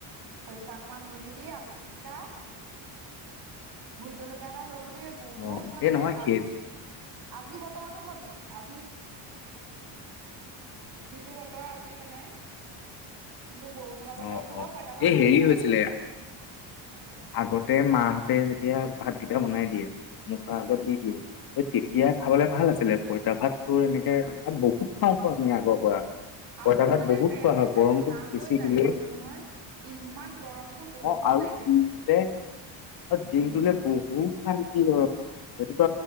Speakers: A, on the right; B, on the left.
A: খৰিচা অকমান ৰুই লবি আলু পিটিকা ভোত জলকে এটা ল লগ তি বহুত
B: অ
A: মানে
B: এই নহয় সেই
A: আ আজি বতৰৰতো ল'বি আজি যিটো বতৰ আজি মানে কিন্তু বৰষুণৰ বতৰততো
B: অ অ
A: বাৰ পঁইতা পাত
B: এই
A: ভালেই
B: হেৰি
A: নালাগে
B: হৈছিলে
A: হয়
B: আগতে মাহাহঁতে যেতিয়া ভাতকেইটা বনাই দিয়ে মুখা
A: উম
B: আগত দি দিয়ে তেতিয়
A: উম
B: খাবলে ভাল আছিলে পঁইতা ভাত
A: উম
B: তোৰ এনেকে বত খাম আগৰ পৰা
A: আৰু
B: পইতা
A: তোৰ
B: ভাত
A: মানে
B: বহুত
A: পেট
B: খোৱা হয়
A: চেচা
B: গৰমটো বেছি
A: হৈ যাই
B: দিলেই
A: কৈছো নহয় ইমান গৰমতটো বহুত
B: অ আৰু
A: নাইকিয়া
B: দিনটোলে
A: হৈ যায়
B: অ দিনটোে
A: উম
B: বহুত কি হয় সেইটো তো